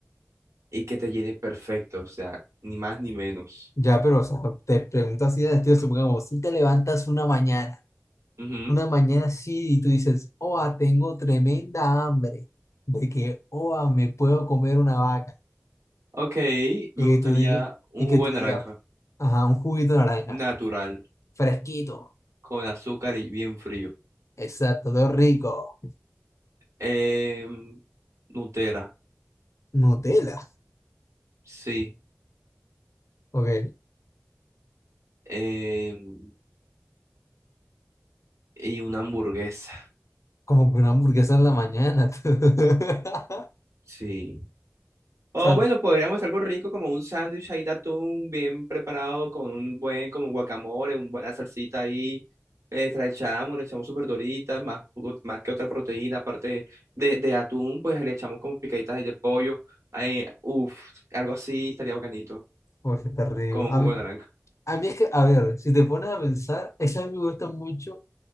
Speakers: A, on the right; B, on the left.
A: y que te llene perfecto, o sea, ni más ni menos.
B: Ya, pero, o sea, te pregunto así, de estilo, supongamos, si te levantas una mañana.
A: Ujú.
B: una mañana así y tú dices, oa, tengo tremenda hambre, de que, oa, me puedo comer una vaca,
A: Ok,
B: y
A: me gustaría
B: que tú digas,
A: un
B: y que
A: jugo
B: tú
A: de naranja
B: digas, ajá, un juguito de naranja,
A: natural,
B: fresquito,
A: con azúcar y bien frío.
B: exacto, todo rico,
A: Em, Nutella,
B: Nutella,
A: sí.
B: ok,
A: Em, y una hamburguesa,
B: como que una hamburguesa en la mañana, <laughs> tú. o
A: sí. O
B: sea,
A: bueno, podríamos hacer algo rico como un sándwich ahí de atún bien preparado con un buen como guacamole, una buena salsita ahí. eh, echamos, le echamos sus verduritas, más, o- más que otra proteína, aparte de, de atún, pues le echamos como picaditas ahí de pollo. Eh, uf, algo así estaría bacanito,
B: pues está rico.
A: con
B: A
A: jugo
B: mí,
A: de naranja.
B: a mí es que, a ver, si te pones a pensar, eso a mí me gusta mucho,